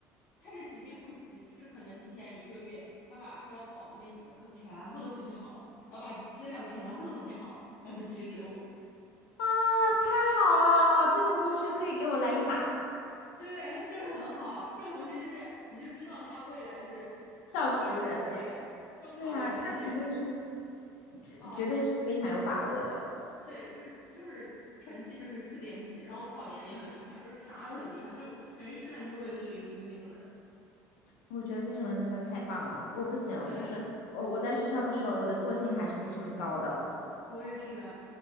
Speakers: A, on the left; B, on the left.
A: 他是直接复习，就是可能提前一个月，他把要考的那几门课全部都复习好了，然后把资料全部都总结好了，然后就直接给我。
B: 啊，太好了！这种同学可以给我来一打，
A: 对，他就是很好，这种同学就是你就知道他未来就是考研这些，
B: 造福人类。
A: 这种考研这些
B: 对呀，他肯定是。绝绝对是非常有把握的。
A: 啊，对，就是就是成绩就是四点几，然后考研也很厉害，就是啥都很厉害，就感觉生来就是为了学习的那种人。
B: 我觉得这种人真的太棒了，我不行，
A: 对，
B: 就是我我在学校的时候，我的惰性还是非常高的，
A: 我也是，